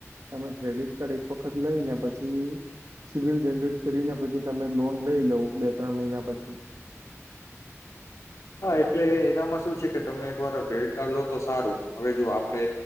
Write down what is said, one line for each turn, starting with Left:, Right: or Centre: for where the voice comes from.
Right: તમે ક્રેડિટ કાર્ડ એક વખત લઈને પછી સીબિલ જનરેટ કરીને પછી તમે લોન લઈ લો બે ત્રણ મહિના પછી.
Left: હા એટલે એમાં શું છે કે તમે એક વાર ક્રેડિટ કાર્ડ લો તો સારું હવે જો આપડે